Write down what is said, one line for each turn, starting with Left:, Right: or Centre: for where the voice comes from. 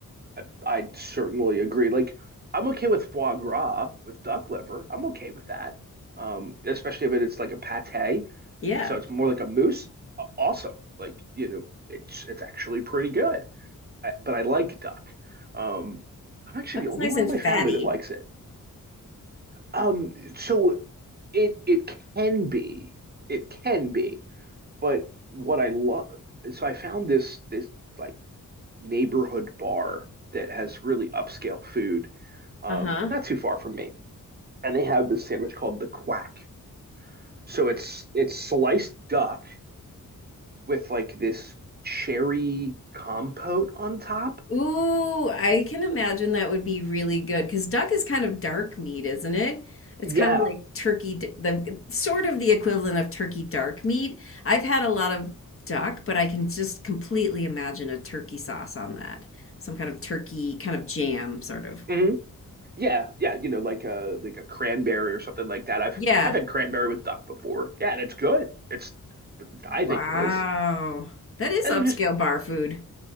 Right: I, I certainly agree. Like, I'm okay with foie gras, with duck liver. I'm okay with that. Um, especially if it's like a pate,
Left: Yeah.
Right: so it's more like a mousse. Awesome. Like, you know, it's it's actually pretty good. I, but I like duck. Um, I'm actually
Left: Like it's
Right: the only
Left: nice
Right: one
Left: and
Right: in my
Left: fatty.
Right: family that likes it. Um, so it it can be, it can be, but what I love, so I found this this like neighborhood bar that has really upscale food, um,
Left: Uh-huh.
Right: not too far from me, and they have this sandwich called the Quack. So it's it's sliced duck with like this cherry compote on top.
Left: Ooh, I can imagine that would be really good because duck is kind of dark meat, isn't it? It's
Right: Yeah.
Left: kind of like turkey, d- the sort of the equivalent of turkey dark meat. I've had a lot of duck, but I can just completely imagine a turkey sauce on that. Some kind of turkey, kind of jam, sort of.
Right: Mhm. Yeah, yeah, you know, like a like a cranberry or something like that. I've
Left: Yeah.
Right: I've had cranberry with duck before. Yeah, and it's good. It's I
Left: Wow.
Right: think it is.
Left: That is
Right: And
Left: upscale
Right: it just
Left: bar food.